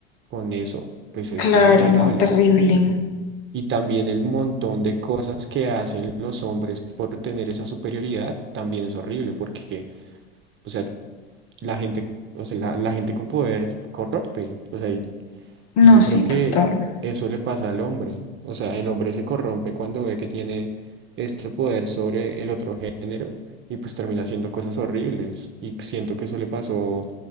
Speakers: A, on the right; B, on the left.
A: con eso, pues es
B: Claro,
A: innumerable.
B: no, terrible.
A: Y también el montón de cosas que hacen los hombres por tener esa superioridad, también es horrible, porque, o sea, la gente, o sea, la, la gente con poder corrompe, o sea, y,
B: No,
A: y yo
B: sí,
A: creo que
B: total.
A: eso le pasa al hombre, o sea, el hombre se corrompe cuando ve que tiene este poder sobre el otro género y pues termina haciendo cosas horribles y siento que eso le pasó,